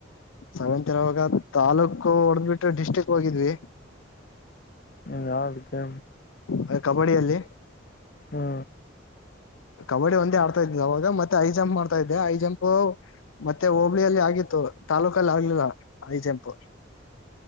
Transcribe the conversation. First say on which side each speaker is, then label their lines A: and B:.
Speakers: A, on the left; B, on the left.
A: ಸಾವಂತರವಾಗ ತಾಲೂಕು ಹೊಡೆದ್ ಬಿಿಟ್ಟು ಡಿಸ್ಟ್ರಿಕ್ ಹೋಗಿದ್ವಿ
B: ಹ್ಮ ಯಾ ಅದಕ್ಕೆ
A: ಅದ ಕಬಡ್ಡಿಯಲ್ಲಿ
B: ಹಾ
A: ಕಬಡ್ಡಿ ಒಂದೇ ಆಡ್ತಾ ಇದಿದೆ ಅವಾಗ ಮತ್ತೆ ಐ ಜಂಪ್ ಮಾಡ್ತಾ ಇದೆ ಐ ಜಂಪ್ ಮತ್ತೆ ಹೋಬ್ಳಿಯಲ್ಲಿ ಆಗಿತ್ತು ತಾಲೂಕ ಲಾಗಲ ಆಐಜೆಂಪು